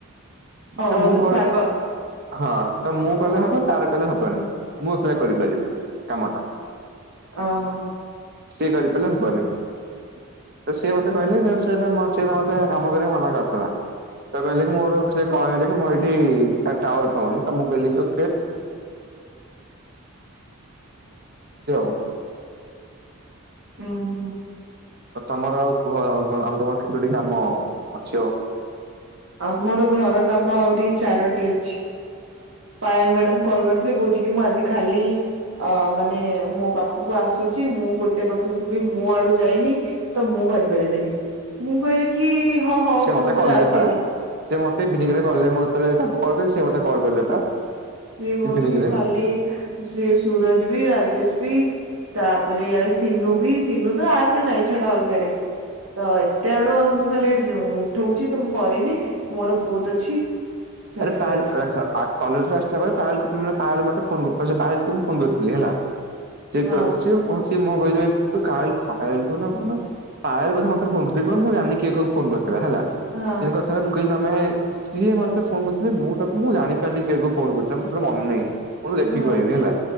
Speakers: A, on the right (about 75°); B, on the right (about 50°).
A: ଅ
B: ତ ମୁଁ କଲ୍
A: ସାଙ୍ଗ
B: ହଁ। ତ ମୁଁ କଲେ
A: ହଁ
B: ହବ କି? ତାର କଲେ ହବନି। ମୁଁ ଏକେଲା କରି ପାରିବି। କାମ ଟା।
A: ହଁ, ହଁ।
B: ସିଏ କରି ପାରିଲେ ହବନି ତ ସିଏ ମତେ
A: ଓହୋ
B: କହିଲା କି? ସେଇଟା ମ ସେ ଏଇନା ମତେ କାମ କରିବାକୁ ମନା କରିଦେଲା। ତ କହିଲେ କି, ମୋର ସେ କହିଲେ କି, ମୁଁ ଏଇଠି ତା ଟାୱାର୍ ପାଉନି। ତ ମୁଁ କହିଲି ତୁ <unintelligible>
A: ଉଁ ହୁଁ।
B: ଆଉ ତମର ଆଉ କୁହ ଆଉ କଣ ଆଉ ତମର ଖେତୋଟି କାମ ଅଛି ଆଉ?
A: ଆମର ଘର କାମ ଆହୁରି ଚାରୋଟି ଅଛି। ପାୟଲ୍ ମ୍ୟାଡ଼ାମ୍ କଲ୍ କରିଥିଲେ। କହୁଛି କି, ମୁଁ ଆଜି ଖାଲି ଅ ମାନେ ମୋ ପାଖକୁ ଆସୁଛି। ମୁଁ ଗୋଟେ ପାଖକୁ ବି ମୋ ଆଡୁ ଯାଇନି। ତ ମୁଁ କରି ପାରିବିନି। ମୁଁ କହିଲି କି, ହଁ ହଉ
B: ସିଏ
A: ତୁ ମତେ
B: କଲେ
A: ରାତିରେ
B: ପା ସେ ମତେ ଇଭିନିଙ୍ଗ୍ କଲେ ମୁଁ ଥରେ ତାଙ୍କୁ କଲ୍ ଦେଲି ସେ ମତେ କଲ୍ ଦେଲେ ପା।
A: ସିଏ କହୁଛି
B: ଇଭିନିଂ
A: କି
B: ରେ
A: ଖାଲି। ସେ ସୁରଜ ବି, ରାଜେଶ ବି, ତାପରେ ଇଆଡେ ସିନୁ ବି, ସିନୁ ତ ଆପ୍ ରେ ନାଇଁ। ଛାଡ଼ ଅଲଗରେ। ତ ଏତେ ଆଡୁ ଆଉ। ମୁଁ ଖାଲି ଓ ଉଠୋଉଛି ତ ମୁଁ କରିନି। ମୋର ବୋହୁତ୍ ଅଛି। ସେଥିପାଇଁ
B: ଆରେ ପାଏଲ ଦେଖ କଲେଜରୁ ଆସିଲାବେଳେ ପାଏଲକୁ ଉଁ ପାଏଲ୍ମ ମତେ ଫୋନ ପାଏଲକୁ ମୁଁ ଫୋନ କରିଥିଲି ହେଲା। <unintelligible>
A: ହଁ
B: ପାଏଲ୍ ପଛେ ମତେ ଫୋନ କହିବ। ମୁଁ ଜାଣିନି କିଏ କାହାକୁ ଫୋନ୍ କରିଥିଲା ହେଲା।
A: ହଁ
B: ଏ କଥା ପା। ମୁଁ କହିଲି ତମେ ସିଏ ମତେ ଫୋନ କରଥିଲି ମୁଁ ତାକୁ ମୁଁ ଜାଣିପାରିନି କିକୁ ଫୋ କରିଥିଲି ମୋୋର ମନେ ନାହିଁ। ମୁଁ ଲେଖିକି
A: ହଁ
B: କହିବି ହେଲା